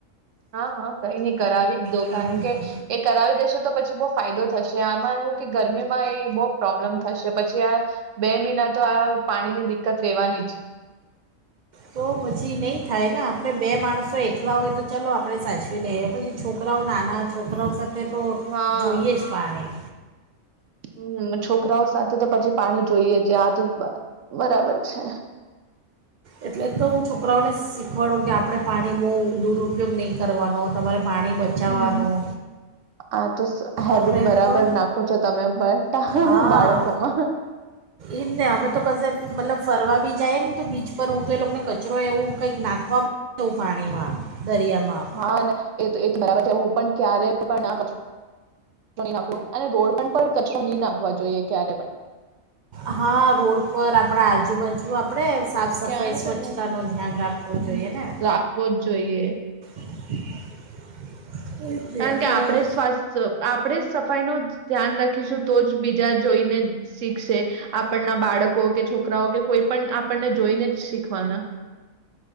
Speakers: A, on the right; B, on the right.
A: હા, હા, કઈ નઈ કરાવી જ દો
B: હા
A: કારણ કે એ કરાવી દેશો તો પછી બહુ ફાયદો થશે આમાં એવું કે ગરમીમાં એ બહુ પ્રોબ્લેમ થશે પછી આ બે મહિના તો આ પાણીની દિક્કત રહેેવાની જ
B: તો પછી નહીં થાય ને આપણે બે માણસો એકલા હોય તો ચાલો આપણે સાચવી લઈએ પછી છોકરાઓ નાના છોકરાઓ સાથે એ તો,
A: હા
B: જોઈએ જ પાણી
A: હમ, છોકરાઓ સાથે તો પછી પાણી જોઈએ છે, આ તો બરાબર છે
B: એટલે તો હું છોકરાઓને શીખવાડું કે આપણે પાણી બહુ દુરુપયોગ નહીં કરવાનો તમારે પાણી બચાવવાનું
A: હમ, આ તો હેબિટ
B: આપણે
A: બરાબર
B: તો
A: નાખો છો તમે પણ
B: હા
A: બાળકોમાં
B: એ જ ને અમે તો કશે મતલબ ફરવા આવી જાય ને તો બીચ પર ઊઠ એ લોકોને કચરો એવું કઈક નાખવા એવું પાણીમાં દરિયામાં
A: હા, એ એ બરાબર છે હું પણ ક્યારે પણ ના ક નાખો અને રોડ પણ કચરો નહી નાખવા જોઈએ ક્યારે પણ
B: હા, રોડ પર આપણા આજુબાજુ આપણે સાફ
A: પણ
B: સફાઈ
A: ક્યાંય
B: સ્વચ્છતાનું
A: પણ
B: ધ્યાન રાખવું
A: હમ,
B: જોઈએ ને
A: રાખવો જ જોઈએ
B: <inaudible> એ જ ને.
A: કારણ
B: એટલે
A: કે, આપણે સ્વાસ્થ આપણે સફાઈ ન ધ્યાન રાખીશું તો જ બીજા જોઈને શીખશે આપણના બાળકો કે છોકરાઓ કે કોઈ પણ આપણને જોઈને જ શીખવાના